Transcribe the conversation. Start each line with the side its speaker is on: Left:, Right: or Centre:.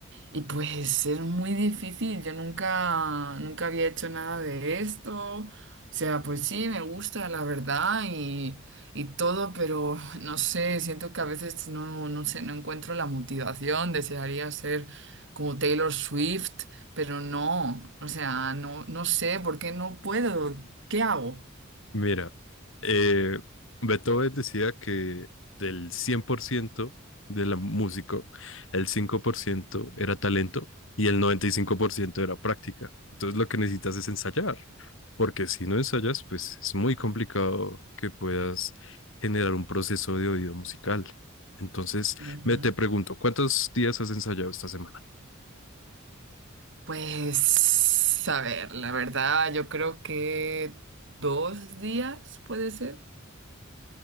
Right: y pues es muy difícil. Yo nunca, nunca había hecho nada de esto. O sea, pues sí, me gusta, la verdad, y, y todo, pero no sé, siento que a veces no, no sé, no encuentro la motivación. Desearía ser como Taylor Swift, pero no. O sea, no, no sé por qué no puedo. ¿Qué hago?
Left: Mira, eh, Beethoven decía que del 100% de la música, el 5% era talento y el 95% era práctica. Entonces lo que necesitas es ensayar, porque si no ensayas, pues es muy complicado que puedas generar un proceso de oído musical. Entonces,
Right: Ujú.
Left: me te pregunto, ¿cuántos días has ensayado esta semana?
Right: Pues, a ver, la verdad, yo creo que dos días puede ser.